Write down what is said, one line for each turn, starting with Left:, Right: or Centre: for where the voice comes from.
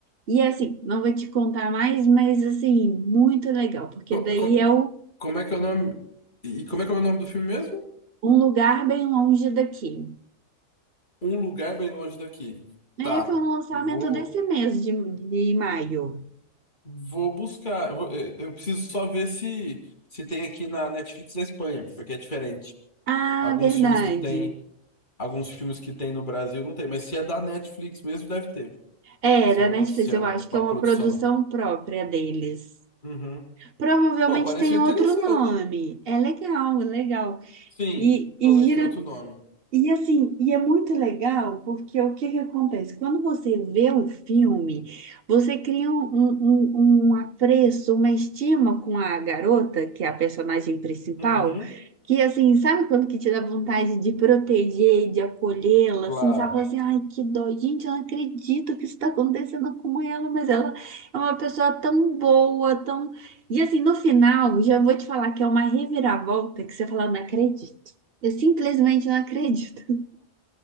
Right: E assim, não vou te contar mais, mas assim, muito legal, porque
Left: co-
Right: daí
Left: com-
Right: é o-
Left: como é que é o nome? E como é que é o nome do filme mesmo?
Right: um lugar bem longe daqui.
Left: Um lugar bem longe daqui.
Right: É,
Left: Tá.
Right: foi um lançamento
Left: Eu vou,
Right: desse mês de, de maio.
Left: vou buscar. Eu, vou- eu- eu preciso só ver se, se tem aqui na Netflix da Espanha, porque é diferente.
Right: Ah,
Left: Alguns
Right: verdade.
Left: filmes que tem, alguns filmes que tem no Brasil não tem, mas se é da Netflix mesmo, deve ter.
Right: É,
Left: Se
Right: da
Left: é um,
Right: Netflix,
Left: lance- se é
Right: eu
Left: um-
Right: acho que
Left: uma
Right: é uma
Left: produção.
Right: produção própria deles.
Left: Uhum.
Right: Provavelmente
Left: Pô, pareceu
Right: tem
Left: interessante.
Right: outro nome. É legal, é legal.
Left: Sim,
Right: E, e
Left: provavelmente
Right: gira
Left: tem outro nome.
Right: E assim, e é muito legal porque o que que acontece? Quando você vê o filme, você cria um, um, um um apreço, uma estima com a garota, que é a personagem principal,
Left: Uhum,
Right: que assim, sabe quando que te dá vontade de proteger, de acolhê-la,
Left: claro.
Right: assim, sabe? Fala assim, ai, que dó, gente, eu não acredito que isso está acontecendo com ela, mas ela é uma pessoa tão boa, tão... E assim, no final, já vou te falar que é uma reviravolta que você fala, não acredito. Eu simplesmente não acredito.